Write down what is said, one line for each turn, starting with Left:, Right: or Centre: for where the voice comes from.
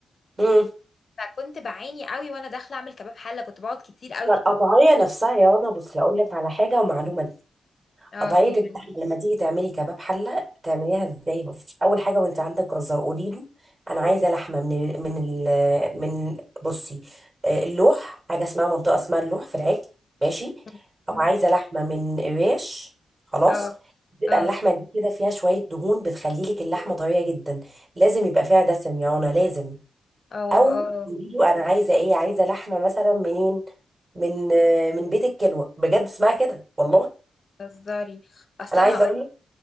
Right: مم.
Left: فكنت بعاني قوي وانا داخله اعمل كباب حله كنت بقعد كتير قوي
Right: فالقطعيه
Left: كنت ممكن-
Right: نفسها يا رنا بصي اقول لك على حاجه ومعلومه
Left: اه
Right: قطعية
Left: قولي
Right: اللحمة
Left: لي
Right: لما تيجي تعملي كباب حلة تعمليها ازاي بس أول حاجة وانت عندك جزار قولي له أنا عايزة لحمة من ال من ال من بصي آه، اللوح حاجة اسمها منطقة اسمها اللوح في العجل ماشي
Left: <laughs>
Right: أو
Left: مم.
Right: عايزة لحمة من الريش خلاص
Left: اه
Right: بيبقى
Left: اه
Right: اللحمة دي كده فيها شوية دهون بتخلي لك اللحمة طرية جدا لازم يبقى فيها دسم يا رنا لازم
Left: اه
Right: أو
Left: اه
Right: قولي له أنا عايزة إيه عايزة لحمة مثلا منين من آه، من بيت الكلوة بجد اسمها كده والله
Left: بتهزري اصل
Right: انا عايزه
Left: انا هقول
Right: اقول